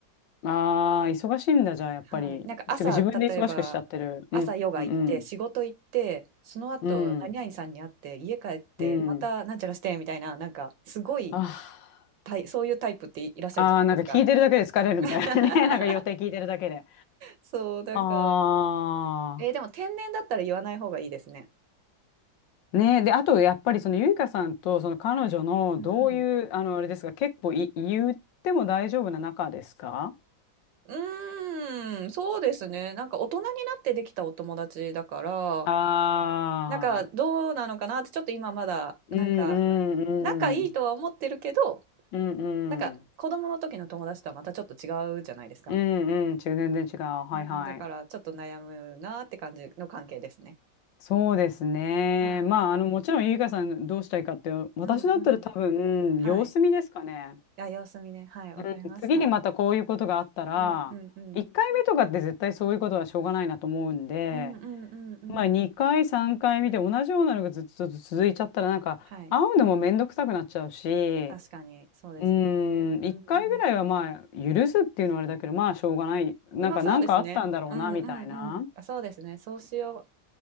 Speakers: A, on the left (about 75°); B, on the right (about 75°).
A: ああ、忙しいんだ、じゃあ、やっぱり。
B: はい。なんか、朝、
A: てか自分で忙しくしちゃってる。
B: 例えば、朝ヨガ行って、
A: うん、うん、
B: 仕事行って、その後、
A: うん、
B: 何々さんに会って、
A: うん。
B: 家帰って、
A: うん
B: また、なんちゃらして、みたいな、なんか、すごい、
A: ああ。
B: タイそういうタイプっていらっしゃるじゃないですか。
A: ああ、なんか聞いてるだけで疲れるみたいなね。
B: <laughs>
A: <laughs> なんか予定聞いてるだけで。
B: そう、なんか、
A: あ
B: えーでも、天然だったら言わない方がいいですね。
A: あ。ねえ。で、あと、やっぱりそのゆいかさんとその彼女のどういう、
B: はい。うんうん。
A: あの、あれですか、結構い、言っても大丈夫な仲ですか
B: うーん、そうですね。なんか大人になってできたお友達だから、
A: ああ
B: なんかどうなのかなってちょっと今まだ、
A: ー。
B: なんか
A: うんうんうん。
B: 仲いいとは思ってるけど、
A: うん
B: なんか子供の時の友達とはまたちょっと違うじゃないですか。
A: うん。うんうん。ち全然違う。はいはい。
B: うん、だからちょっと悩むなって感じの関係ですね。
A: そうですね。
B: はい。
A: まあ、あの、もちろんゆいかさんどうしたいかって、私だったら多分、
B: うんうん。はい。
A: うん様子見ですかね。
B: あ、様子見ね。はい、わかりました。
A: うん、次にまたこういうことがあったら、
B: うんうんうん。
A: 1回目とかって絶対そういうことはしょうがないなと思うんで、
B: うんうんうんうん。
A: まあ2回、3回見て同じようなのがずっと続いちゃったらなんか会うのもめんどくさくなっちゃうし、
B: はい。確かに、そうですね。
A: うーん、1回ぐらいはまあ許すっていうのはあれだけど、
B: うんうん。
A: まあしょうがない。なんかなんかあったんだろうなみたいな。
B: ま、あそうですね。うんうんうん。あ、そうですね。そうしよう。